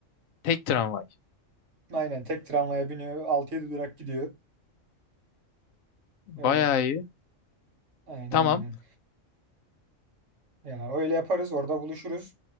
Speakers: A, on the left (about 80°); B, on the right (about 65°).
A: Tek tramvay.
B: Aynen tek tramvaya biniyor, 6 yedi durak gidiyor.
A: Bayağı
B: Öyle.
A: iyi.
B: Aynen
A: Tamam.
B: aynen. Ya öyle yaparız, orada buluşuruz.